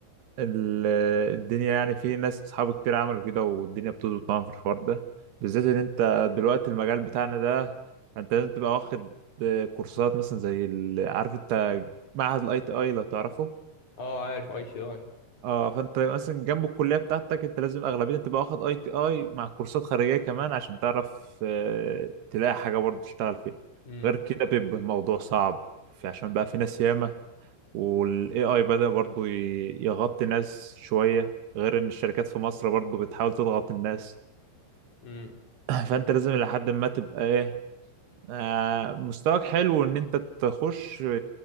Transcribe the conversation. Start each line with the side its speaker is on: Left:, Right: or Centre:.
Right: ال- الدنيا يعني في ناس صحابي كتير عملوا كده والدنيا بتظبط معاهم في الحوار ده بالذات ان انت دلوقتي المجال بتاعنا ده انت لازم تبقى واخد كورسات مثلا زي ال- عارف انت معهد الاي تي اي لو تعرفه
Left: اه عارف اي تي اي
Right: اه فانت مثلا جنب الكليه بتاعتك انت لازم اغلبيه تبقى واخد اي تي اي مع كورسات خارجيه كمان عشان تعرف آه، تلاقي حاجه برضه تشتغل فيها
Left: امم
Right: غير كده بيبقى الموضوع صعب في- عشان بقى في ناس ياما وال AI بدأ برضو ي- يغطي ناس شوية غير إن الشركات في مصر برضو بتحاول تضغط الناس
Left: امم
Right: <clears throat> فأنت لازم لحد ما تبقى إيه آه، مستواك حلو إن أنت تخش